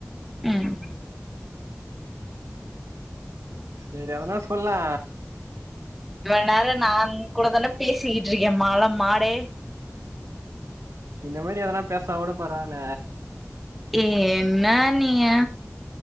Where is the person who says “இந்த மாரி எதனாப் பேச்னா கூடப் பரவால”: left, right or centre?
Right